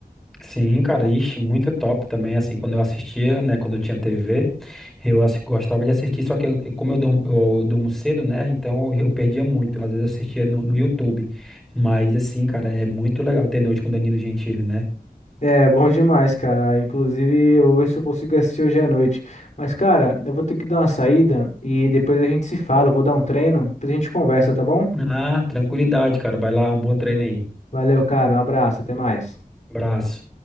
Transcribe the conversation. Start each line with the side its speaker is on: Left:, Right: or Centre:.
Centre: Sim, cara, ixi, muito top também, assim, quando eu assistia, né, quando eu tinha TV, eu assi- gostava de assistir, só que eu- eu- como eu durmo, eu durmo cedo, né, então eu perdia muito, às vezes eu assistia no, no YouTube, mas assim, cara, é muito legal ter noite com Danilo Gentili, né?
Left: É, bom demais, cara. Inclusive, eu vou ver se eu consigo assistir hoje à noite. Mas, cara, eu vou ter que dar uma saída e depois a gente se fala. Eu vou dar um treino, depois a gente conversa, tá bom?
Centre: Ah, tranquilidade, cara, vai lá, um bom treino aí,
Left: Valeu, cara. Um abraço, até mais.
Centre: abraço.